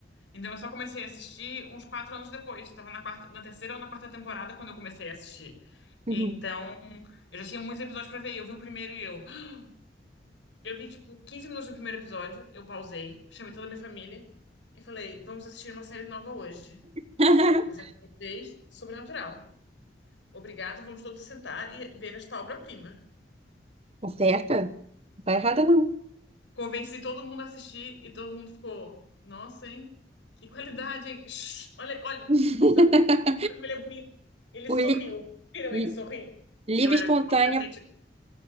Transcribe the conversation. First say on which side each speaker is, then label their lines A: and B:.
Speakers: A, on the left (about 85°); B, on the right (about 35°).
A: Então, eu só comecei a assistir uns quatro anos depois. Estava na quarta, na terceira ou na quarta temporada quando eu comecei a assistir.
B: Uhum.
A: Então, eu já tinha muitos episódios pra ver. Eu vi o primeiro e eu. <gasps> Eu vi, tipo, 15 minutos do primeiro episódio. Eu pausei, chamei toda a minha família e falei: vamos assistir uma série nova hoje.
B: <laughs>
A: Apresento pra vocês Sobrenatural. Obrigado, vamos todos sentar e ver esta obra-prima.
B: Acerta? Não tá errada, não.
A: Convenci todo mundo a assistir e todo mundo ficou, nossa, hein? Que qualidade, hein? Shhh, olha, olha,
B: <laughs>
A: presta atenção. Olha como ele é bonito. Ele
B: O
A: sorriu.
B: li-
A: Viram
B: li-
A: ele sorrir?
B: livre
A: Eu era
B: espontânea,
A: uma adolescente.